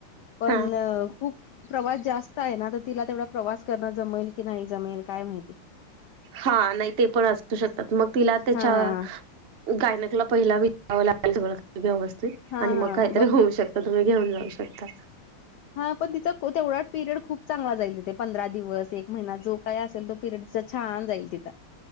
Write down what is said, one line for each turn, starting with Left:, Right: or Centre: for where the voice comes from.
Left: पण
Right: हा
Left: खूप प्रवास जास्त आहे ना तर तिला तेवढा प्रवास करणं जमेल की नाही जमेल काय माहिती
Right: हा नाही ते पण असू शकतात मग तिला त्याच्या
Left: हां,
Right: गायनाकला पहिला विचव <inaudible> लागेल खाली सगळं व्यवस्थित
Left: हां.
Right: आणि मग काहीतरी होऊ शकत तुम्ही घेऊन जाऊ शकता.
Left: <inaudible> हा पण तिचा तेवढा पिरियड खूप चांगला जाईल तिथ पंधरा दिवस एक महिना जो काय असेल तो पिरडस् असा छान जाईल तिथं